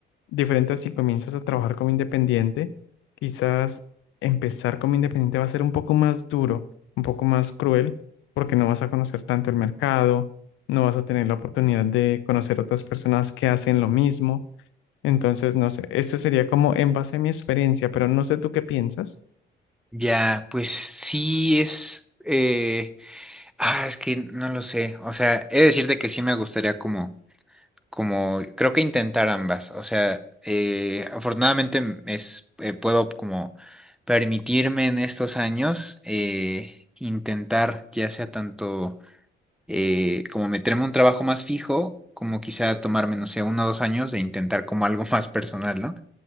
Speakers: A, on the left; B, in the centre.
A: diferente si comienzas a trabajar como independiente quizás empezar como independiente va a ser un poco más duro, un poco más cruel, porque no vas a conocer tanto el mercado, no vas a tener la oportunidad de conocer otras personas que hacen lo mismo. Entonces, no sé, eso sería como en base a mi experiencia, pero no sé tú qué piensas.
B: Ya, pues sí es... eh, Ah, es que no lo sé. O sea, he de decirte que sí me gustaría como... como creo que intentar ambas. O sea, eh, afortunadamente m- es, eh, puedo como permitirme en estos años eh, intentar ya sea tanto eh, como meterme a un trabajo más fijo, como quizá tomarme, no sé, uno o dos años de intentar como algo <laughs> más personal, ¿no?